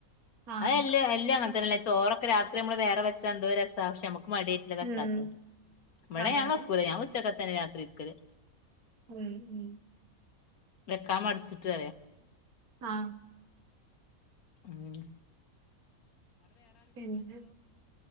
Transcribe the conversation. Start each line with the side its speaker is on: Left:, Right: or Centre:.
Right: ആഹ്
Left: അത്എല്ല് എല്ലാം ചോറൊക്കെ രാത്രി നമ്മൾ വേറെ വെച്ച എന്തോ രസ പക്ഷെ നമുക്ക് മടിയായിട്ടല്ലേ വെക്കാത്ത
Right: ഉം
Left: ഇവടെ
Right: അതെ
Left: ഞാൻ
Right: അതെ
Left: വെക്കൂല ഞാൻ ഉച്ചക്കത്ത തന്നെ രാത്രി ഇട്ക്കല്
Right: ഉം ഉം
Left: വെക്കാൻ മടിച്ചിട്ട്
Right: ആ
Left: അങ്ങനെ
Right: പിന്നെ